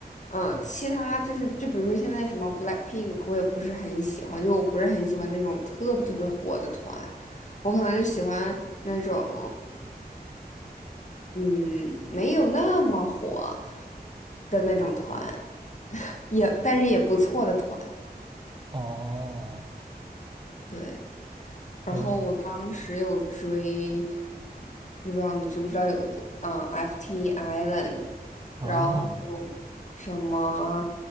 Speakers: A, on the left; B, on the right.
A: 嗯，其他就是就比如说现在什么 BLACKPINK，我也不是很喜欢，就我不是很喜欢那种特别特别火的团，我可能就喜欢那种。嗯，没有那么火的那种团，<laughs> 也但是也不错的团，
B: 哦，
A: 对。然后我当时有追，
B: 呃
A: 不知道你知不知道有嗯、呃 FT Island，然后什么
B: 啊。